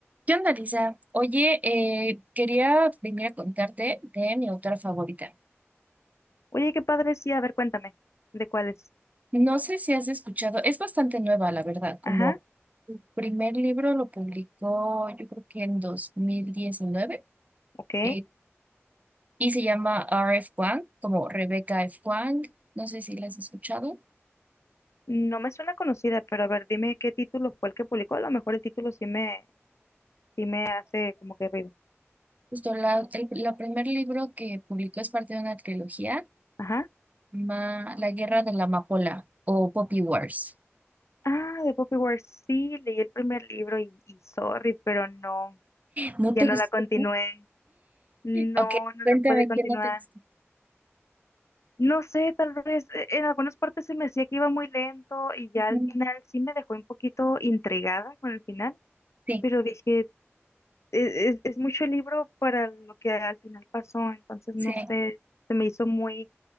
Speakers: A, on the right; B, on the left.
A: ¿Qué onda, Lisa? Oye, eh, quería venir a contarte de mi autora favorita.
B: Oye, qué padre, sí, a ver, cuéntame, ¿de cuáles?
A: No sé si has escuchado, es bastante nueva, la verdad, como
B: Ajá,
A: su primer libro lo publicó yo creo que en 2019
B: ok.
A: eh, y se llama R.F. Wang, como Rebecca F. Wang, no sé si la has escuchado.
B: No me suena conocida, pero a ver, dime qué título fue el que publicó. A lo mejor el título sí me, sí me hace como que ruido.
A: Justo la, el la primer libro que publicó es parte de una trilogía,
B: Ajá.
A: ma- La Guerra de la Amapola o Poppy Wars.
B: Ah, de Poppy Wars, sí, leí el primer libro y, y sorry, pero no,
A: ¿No
B: ya
A: te
B: no
A: gustó?
B: la continué. No,
A: Ok,
B: no
A: cuéntame
B: lo puede continuar.
A: qué no te gustó.
B: No sé, tal vez eh, en algunas partes se me decía que iba muy lento y ya
A: Ujú,
B: al final sí me dejó un poquito intrigada con el final,
A: Sí,
B: pero dije, es, es- es mucho libro para lo que al final pasó, entonces
A: sí,
B: no sé, se me hizo muy...